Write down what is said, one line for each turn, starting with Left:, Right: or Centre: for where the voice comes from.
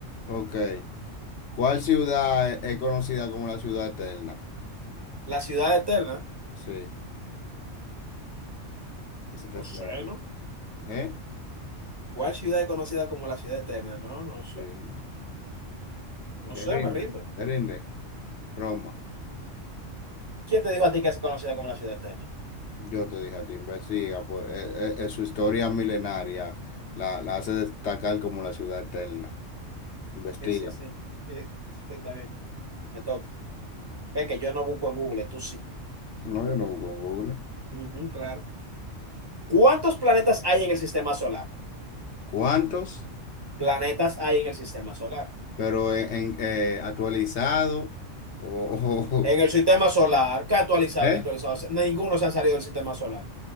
Left: Ok. ¿Cuál ciudad es es conocida como la ciudad eterna?
Right: La ciudad eterna.
Left: Sí, ese te
Right: No
Left: fue.
Right: sé,
Left: algo.
Right: ¿no?
Left: ¿Eh?
Right: ¿Cuál ciudad es conocida como la ciudad eterna? No, no sé.
Left: Sí.
Right: No
Left: Te
Right: sé,
Left: rindes,
Right: me rindo.
Left: te rindes. Roma.
Right: ¿Quién te dijo a ti que es conocida como la ciudad eterna?
Left: Yo te dije a ti, investiga, pues eh, eh, eh, su historia milenaria la, la hace destacar como la ciudad eterna. Investiga.
Right: Sí, sí, sí. Eh, sí, está bien. Me toca. Ve que yo no busco en Google, tú sí.
Left: No, yo no busco en Google.
Right: Ujú, claro. ¿Cuántos planetas hay en el sistema solar?
Left: cuántos,
Right: Planetas hay en el sistema solar.
Left: pero en, en, eh, actualizado o, <laughs> o-
Right: En el sistema solar, ¿qué actualizado,
Left: ¿eh?
Right: no actualizado? Ninguno se han salido del sistema solar.